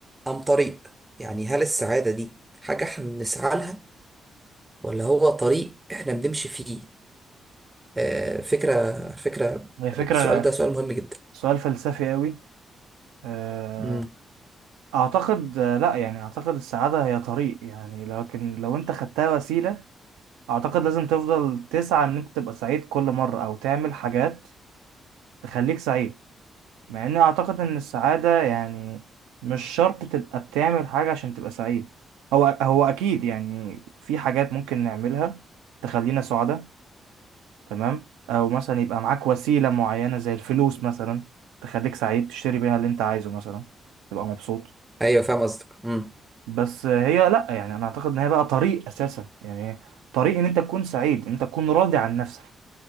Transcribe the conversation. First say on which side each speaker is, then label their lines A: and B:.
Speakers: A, on the right (about 20°); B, on the right (about 85°).
A: ام طريق يعني هل السعادة دي حاجة احنا بنسعى لها ولا هو طريق احنا بنمشي فيه آه فكرة فكرة
B: هي فكرة
A: السؤال ده سؤال مهم جدا
B: سؤال فلسفي قوي آه،
A: امم
B: اعتقد آه، لا يعني اعتقد السعادة هي طريق يعني لكن لو انت خدتها وسيلة اعتقد لازم تفضل تسعى ان انت تبقى سعيد كل مرة او تعمل حاجات تخليك سعيد مع اني اعتقد ان السعادة يعني مش شرط تبقى بتعمل حاجة عشان تبقى سعيد هو هو اكيد يعني في حاجات ممكن نعملها تخلينا سعداء تمام او مثلا يبقى معاك وسيلة معينة زي الفلوس مثلا تخليك سعيد تشتري بيها اللي انت عايزه مثلا تبقى مبسوط
A: ايوه فاهم قصدك امم
B: بس هي لا يعني انا اعتقد ان هي بقى طريق اساسا يعني هي طريق ان انت تكون سعيد انت تكون راضي عن نفسك